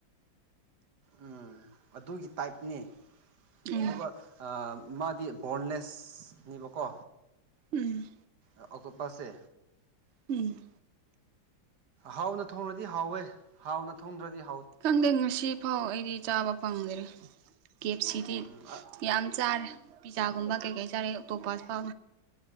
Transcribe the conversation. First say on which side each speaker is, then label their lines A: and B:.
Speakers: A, on the right (about 60°); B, on the right (about 85°).
A: ꯎꯝ ꯑꯗꯨꯒꯤ ꯇꯥꯏꯞꯅꯤ
B: ꯎꯝ
A: ꯑꯗꯨꯒ ꯑꯥ ꯃꯥꯗꯤ ꯕꯔ꯭ꯣꯟꯅꯦꯁꯅꯤꯕ ꯀꯣ
B: ꯎꯝ
A: ꯑꯣꯛꯇꯣꯄꯁ ꯁꯦ
B: ꯎꯝ
A: ꯍꯥꯎꯅ ꯊꯣꯡꯅꯗꯤ ꯍꯥꯎꯋꯦ ꯍꯥꯎꯅ ꯊꯣꯡꯗ꯭ꯔꯗꯤ ꯍꯥꯎ
B: ꯈꯪꯗꯦ ꯉꯁꯤ ꯐꯥꯎ ꯑꯩꯗꯤ ꯆꯥꯕ ꯐꯪꯗ꯭ꯔꯤ ꯀꯦꯞ ꯁꯤꯗꯤ
A: ꯎꯝ
B: ꯌꯥꯝ ꯆꯥꯔꯦ ꯄꯤꯖꯥꯒꯨꯝꯕ ꯀꯩꯀꯩ ꯆꯥꯔꯦ ꯑꯣꯛꯇꯣꯄꯁ ꯐꯥ